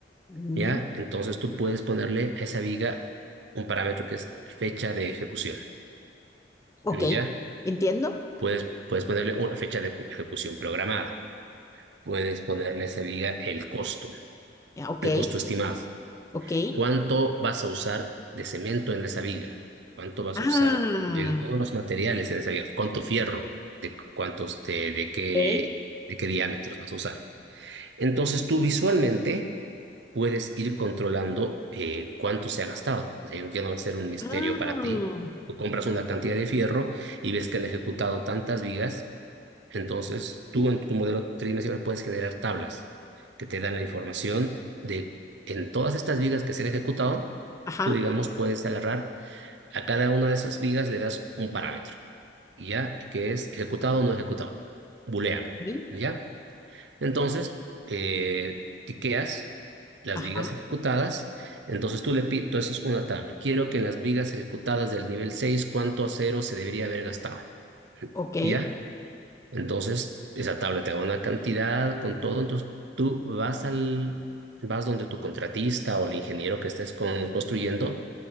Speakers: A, on the left; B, on the right.
A: Mm,
B: ¿ya? Entonces tú puedes ponerle a esa viga un parámetro que es fecha de ejecución,
A: ok,
B: ¿ya?
A: entiendo.
B: Puedes, puedes ponerle una fecha de ejecución programada. puedes ponerle a esa viga el costo,
A: Ya, Ok,
B: el costo estimado.
A: ok.
B: ¿Cuánto vas a usar de cemento en esa viga? ¿Cuánto vas
A: Ah,
B: a usar de todos los materiales en esa viga? ¿Cuánto fierro? ¿De cuántos, de, de qué,
A: ok.
B: de qué diámetros vas a usar? Entonces tú visualmente puedes ir controlando eh, cuánto se ha gastado. O sea, ya no va a ser un misterio
A: Ah.
B: para ti. Tú compras una cantidad de fierro y ves que han ejecutado tantas vigas entonces, tú
A: mm,
B: en tu modelo tridimensional puedes generar tablas que te dan la información de en todas estas vigas que se han ejecutado,
A: Ajá.
B: tú digamos puedes agarrar a cada una de esas vigas le das un parámetro, y ya que es ejecutado o no ejecutado, booleano,
A: Ok,
B: ¿ya? Entonces, eh, tiqueas las
A: Ajá,
B: vigas ejecutadas, entonces tú le pides, entonces una tabla, quiero que en las vigas ejecutadas del nivel 6 ¿cuánto acero se debería haber gastado?
A: ok.
B: ¿Ya? Entonces, esa tabla te da una cantidad con todo, entonces tú vas al, vas donde tu contratista o el ingeniero que estés con- construyendo